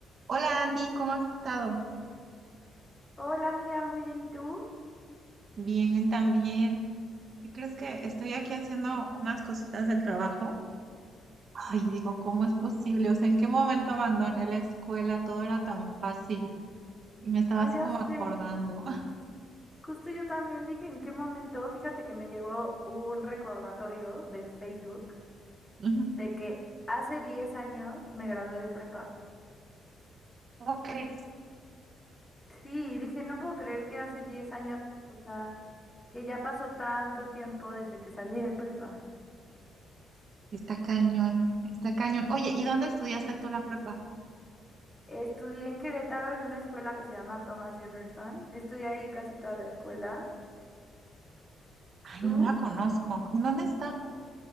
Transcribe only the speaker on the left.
Hola Miriam, muy bien, ¿y tú?
Ay,
ya
sé. Justo yo también dije en qué momento, fíjate que me llegó un recordatorio de Facebook
de que hace 10 años me gradué de prepa.
Sí, dije, no puedo creer que hace 10 años, o sea, que ya pasó tanto tiempo desde que salí de prepa.
Estudié en Querétaro en una escuela que se llama Thomas Jefferson. Estudié ahí casi toda la escuela.
¿Tú?